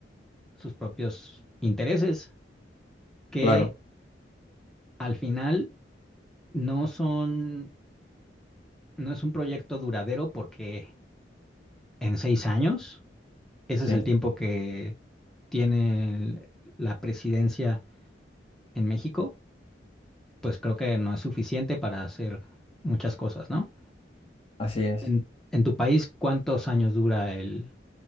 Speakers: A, in the centre; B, on the left.
A: sus propios intereses, que
B: claro,
A: al final no son no es un proyecto duradero porque en seis años, ese
B: sí,
A: es el tiempo que tiene la presidencia en México, pues creo que no es suficiente para hacer muchas cosas, ¿no?
B: así es.
A: En, en tu país, ¿cuántos años dura el,